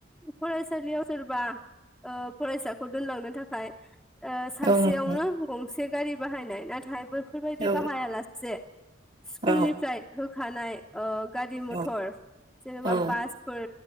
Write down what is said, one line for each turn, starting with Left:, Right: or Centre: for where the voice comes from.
Centre: फरायसालियाव सोरबा ओ फरायसाखौ दोनलांनो थाखाय ओ सासेयावनो
Right: औ नोंथां
Centre: गंसे गारि बाहायनाय नाथाय बै फोरबायदि
Right: औ
Centre: बाहायालासे स्कुलनिफ्राय
Right: औ
Centre: होखानाय ओ गारि मथर
Right: औ
Centre: एबा
Right: औ नोंथां औ
Centre: बासफोर